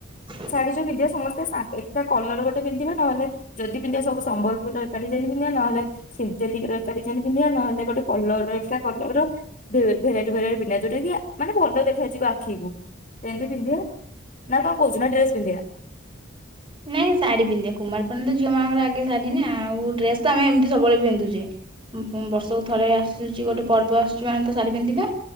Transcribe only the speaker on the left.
ଶାଢୀ ଯୋଉ ପିନ୍ଧିବା ସମସ୍ତେ ଶା ଏକା କଲର ଗୋଟେ ପିନ୍ଧିବା ନହେଲେ ଯଦି ପିନ୍ଧିବା ସବୁ ସମ୍ୱଲପୁରୀ ଏକାଠି ଶାଢୀ ପିନ୍ଧିବା ନହେଲେ ସିନ୍ଥେଟିକର ଏକ ଡିଜାଇନ୍ ପିନ୍ଧିବା ନହେଲେ ଗୋଟେ କଲର ଏକା କଲର ଭେରାଇଟି ଭେରାଇଟି ପିନ୍ଧିବା ଯୋଉଟାକି ମାନେ ଭଲ ଦେଖାଯିବ ଆଖିକୁ ସେମିତି ପିନ୍ଧିବା। ନା କଣ କହୁଚୁ ନା ଡ୍ରେସ୍ ପିନ୍ଧିବା?